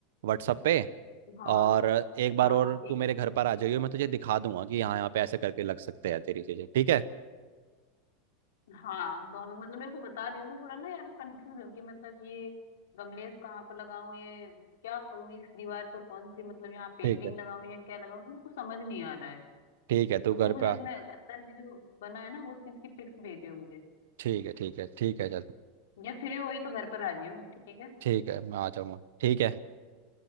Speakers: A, on the right; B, on the left.
A: व्हाट्सअप पे
B: हाँ
A: और एक बार
B: हाँ
A: और
B: ठीक
A: तू मेरे
B: है
A: घर पर आ जाइयो मैं तुझे दिखा दूंगा कि यहाँ यहाँ पे ऐसे करके लग सकते हैं तेरी चीज़ें ठीक है
B: हाँ दोनों मतलब मेरे को बता दियो मैं थोड़ा ना यार कंफ्यूज हूँ कि मतलब ये गमलेस कहाँ पर लगाऊं ये क्या करूँ इस दीवार पे कौन सी मतलब यहाँ पेंटिंग
A: ठीक है
B: लगाऊं या क्या लगाऊं तो मेरे को समझ नहीं आ रहा है
A: ठीक है तू
B: तो तू
A: घर
B: मुझे
A: पे आ
B: अपने अंदर की जो बना है ना वो चीज की पिक्स भेजियो मुझे
A: ठीक है ठीक है ठीक है चल
B: या फ्री हो ही तो घर पर आ जियो ठीक है
A: ठीक है मैं आ जाऊँगा ठीक है